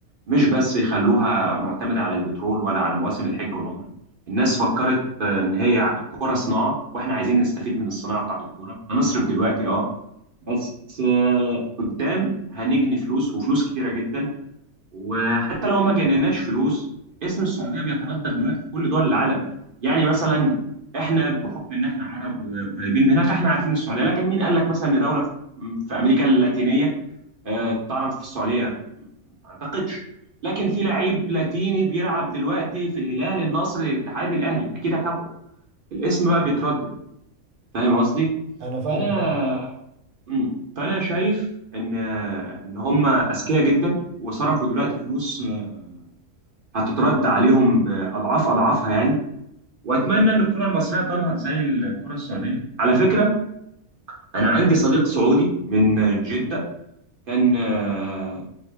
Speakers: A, on the right; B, on the right.
A: مش بس يخلوها معتمدة على البترول ولا على مواسم الحج والعمرة الناس فكرت آه، إن هي الكورة صناعة وإحنا عايزين نستفيد من الصناعة بتاعت الكورة هنصرف دلوقتي أه بس آه، قدام هنجني فلوس وفلوس كتيرة جدا وحتى لو ما جنيناش فلوس اسم السعوديه بيتردد دلوقتي في كل دول العالم يعني مثلا احنا بحكم ان احنا عرب وقريبين منها فاحنا عارفين السعوديه لكن مين قال لك مثلا ان دوله في في امريكا اللاتينيه آه، تعرف السعوديه ما اعتقدش لكن في لعيب لاتيني بيلعب دلوقتي في الهلال النصر الاتحاد الاهلي اكيد هتابعه الاسم بقى بيتردد فاهم قصدي
B: انا فاهمك
A: فانا
B: اه
A: مم. فانا شايف ان ان هم اذكياء جدا وصرفوا دلوقتي فلوس آه، هتترد عليهم باضعاف اضعافها يعني واتمنى ان الكره المصريه تنهض زي الكره السعوديه على فكره انا عندي صديق سعودي من جده كان آه،